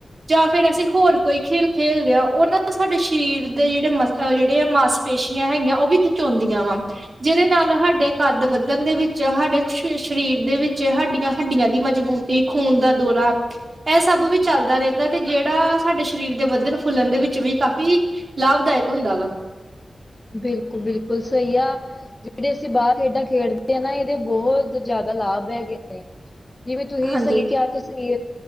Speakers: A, on the right (about 50°); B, on the left (about 20°).
A: ਜਾਂ ਫੇਰ, ਅਸੀਂ ਹੋਰ ਕੋਈ ਖੇਲ ਖੇਲਦੇ ਹਾਂ, ਉਹਨਾਂ ਦਾ ਸਾਡੇ ਸਰੀਰ ਦੇ ਜਿਹੜੇ ਮਸਲ, ਜਿਹੜੇ ਆ ਮਾਸ ਪੇਸ਼ੀਆਂ ਹੈਗੀਆਂ, ਉਹ ਵੀ ਖਿਚਉਂਦੀਆਂ ਵਾ ਜਿਹਦੇ ਨਾਲ, ਸਾਡੇ ਕੱਦ ਵੱਧਣ ਦੇ ਵਿੱਚ, ਸਾਡੇ ਸਰੀਰ ਦੇ ਵਿੱਚ, ਸਾਡੀਆਂ ਹੱਡੀਆਂ ਦੀ ਮਜ਼ਬੂਤੀ ਕੀ ਖੂਨ ਦਾ ਦੌਰਾ, ਇਹ ਸਭ ਵੀ ਚੱਲਦਾ ਰਹਿੰਦਾ। ਤੇ ਜਿਹੜਾ, ਸਾਡੇ ਸਰੀਰ ਦੇ ਵੱਧਣ- ਫੁੱਲਣ ਦੇ ਵਿੱਚ ਵੀ ਕਾਫ਼ੀ, ਲਾਭਦਾਇਕ ਹੁੰਦਾ ਵਾ
B: ਬਿਲਕੁਲ, ਬਿਲਕੁਲ ਸਹੀ ਆ ਜਿਹੜੇ ਅਸੀਂ, ਬਾਹਰ ਖੇਡਾਂ ਖੇਡਦੇ ਹ ਨਾ ਇਹਦੇ ਬਹੁਤ ਜ਼ਿਆਦਾ ਲਾਭ ਹੈਗੇ ਨੇ ਜਿਵੇਂ, ਤੁਸੀਂ
A: ਹਾਂਜੀ
B: ਸਹੀ ਕਿਹਾ ਆ ਕੇ ਅਸੀ